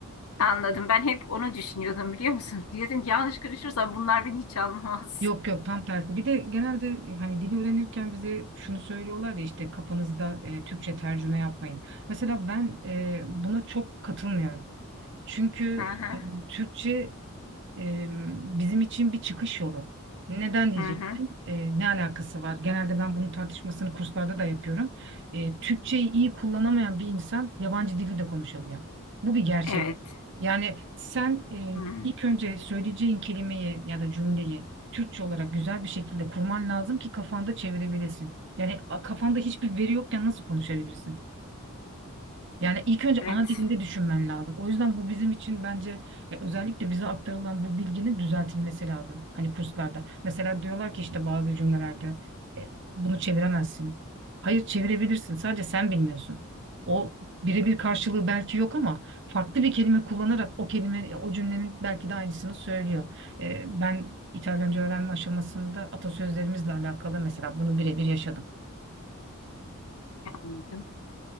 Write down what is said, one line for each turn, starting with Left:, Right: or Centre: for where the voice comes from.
Left: Anladım. Ben hep onu düşünüyordum biliyor musun? <laughs> Diyordum ki yanlış konuşursam bunlar beni hiç anlamaz.
Right: Yok yok tam tersi. Bir de genelde e, hani dili öğrenirken bize şunu söylüyorlar ya işte kafanızda e, Türkçe tercüme yapmayın. Mesela ben e, buna çok katılmıyorum. Çünkü
Left: Hı hı.
Right: e, Türkçe e, bizim için bir çıkış yolu. Neden diyeceksin?
Left: Hı hı.
Right: E, ne alakası var? Genelde ben bunun tartışmasını kurslarda da yapıyorum. E, Türkçeyi iyi kullanamayan bir insan yabancı dili de konuşamıyor. Bu bir gerçek.
Left: Evet.
Right: Yani sen e,
Left: Hı.
Right: ilk önce söyleyeceğin kelimeyi ya da cümleyi Türkçe olarak güzel bir şekilde kurman lazım ki kafanda çevirebilesin. Yani a- kafanda hiçbir veri yokken nasıl konuşabilirsin? Yani ilk önce
Left: Evet.
Right: ana dilinde düşünmen lazım. O yüzden bu bizim için bence ya özellikle bize aktarılan bu bilginin düzeltilmesi lazım. Hani kurslarda. Mesela diyorlar ki işte bazı cümlelerde e, bunu çeviremezsin. Hayır çevirebilirsin. Sadece sen bilmiyorsun. O birebir karşılığı belki yok ama farklı bir kelime kullanarak o kelime o cümlenin belki de aynısını söylüyor. E, ben İtalyanca öğrenme aşamasında atasözlerimizle alakalı mesela bunu birebir yaşadım.
Left: Anladım.